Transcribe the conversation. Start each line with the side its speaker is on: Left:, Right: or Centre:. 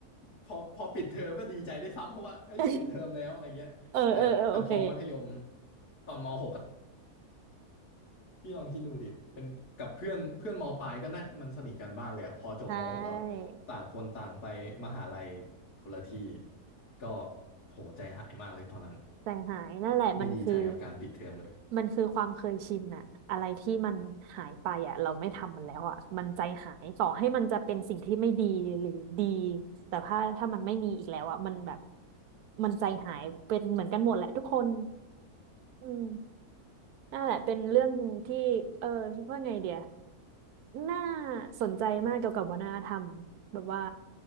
Left: พอพอปิดเทอมก็ดีใจได้วยซ้ำเพราะว่าเอ้ยปิดเทอมแล้วอะไรเงี้ยแต่แต่พอมัธยม
Right: <laughs> เออเออเออโอเค
Left: ตอนม .6 อะพี่ลองคิดดูดิเป็นกับเพื่อนเพื่อนมปลายก็น่ามันสนิทกันบ้างเลยอะพอจบม
Right: ใช่
Left: .6 แล้วต่างคนต่างไปมหาลัยคนละที่ก็โหใจหายมากเลยตอนนั้น
Right: แต่งหายนั่นแหละมันคือ
Left: ไม่ดีใจกับการปิดเทอมเลย
Right: มันคือความเคยชินอะอะไรที่มันหายไปอะเราไม่ทำมันแล้วอะมันใจหายต่อให้มันจะเป็นสิ่งที่ไม่ดีหรือดีแต่ถ้าถ้ามันไม่มีอีกแล้วอะมันแบบมันใจหายเป็นเหมือนกันหมดแหละทุกคนอืม นั่นแหละเป็นเรื่องที่เออจะพูดไงเดียน่าสนใจมากเกี่ยวกับวัฒนธรรมแบบว่า